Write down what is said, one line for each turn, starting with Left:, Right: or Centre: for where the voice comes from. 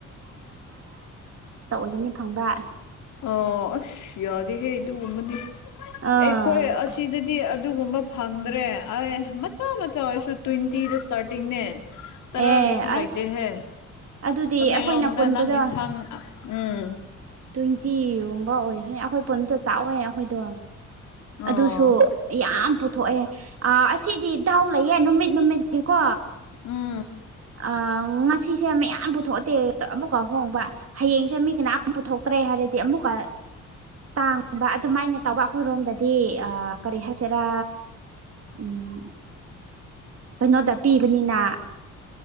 Right: ꯑꯣꯏꯒꯅꯤ ꯐꯪꯕ
Left: ꯑ ꯑꯁ ꯌꯥꯗꯦꯍꯦ ꯑꯗꯨꯒꯨꯝꯕꯅꯦ
Right: ꯑꯥ
Left: ꯑꯩꯈꯣꯏ ꯑꯁꯤꯗꯗꯤ ꯑꯗꯨꯒꯨꯝꯕ ꯐꯪꯗ꯭ꯔꯦ ꯑꯦ ꯃꯆꯥ ꯃꯆꯥ ꯑꯣꯏꯔꯁꯨ ꯇ꯭ꯋꯦꯟꯇꯤꯗ ꯏꯁꯇꯥꯔꯇꯤꯡꯅꯦ ꯇꯔꯥꯒꯤꯁꯨ
Right: ꯑꯦ ꯑꯁ
Left: ꯂꯩꯇꯦꯍꯦ
Right: ꯑꯗꯨꯗꯤ
Left: ꯇꯃꯦꯡꯂꯣꯡꯗ
Right: ꯑꯩꯈꯣꯏꯅ ꯄꯨꯟꯕꯗꯣ
Left: ꯅꯪ ꯑꯦꯟꯁꯥꯡ ꯎꯝ
Right: ꯇ꯭ꯋꯦꯟꯇꯤꯒꯨꯝꯕ ꯑꯣꯏꯈ꯭ꯔꯦ ꯑꯩꯈꯣꯏ ꯄꯟ ꯑꯇ ꯆꯥꯎꯋꯦ ꯑꯩꯈꯣꯏꯗꯣ
Left: ꯑꯣ
Right: ꯑꯗꯨꯁꯨ ꯌꯥꯝ ꯄꯨꯊꯣꯛꯑꯦ ꯑꯁꯤꯗꯤ ꯗꯥꯎ ꯂꯩꯌꯦꯦ ꯅꯨꯃꯤꯠ ꯅꯨꯃꯤꯠꯀꯤꯀꯣ
Left: ꯎꯝ
Right: ꯉꯁꯤꯁꯦ ꯃꯌꯥꯝ ꯄꯨꯊꯣꯛꯑꯗꯦ ꯑꯃꯨꯛꯀ ꯍꯣꯡꯕ ꯍꯌꯦꯡꯁꯦ ꯃꯤ ꯀꯅꯥꯝ ꯄꯨꯊꯣꯛꯇ꯭ꯔꯦ ꯍꯥꯏꯔꯗꯤ ꯑꯃꯨꯛꯀ ꯇꯥꯡ ꯑꯗꯨꯃꯥꯏꯅ ꯇꯧꯕ ꯑꯩꯈꯣꯏꯔꯣꯝꯗꯗꯤ ꯀꯔꯤ ꯍꯥꯏꯦ ꯆꯔ ꯎꯝ ꯀꯩꯅꯣꯗ ꯄꯤꯕꯅꯤꯅ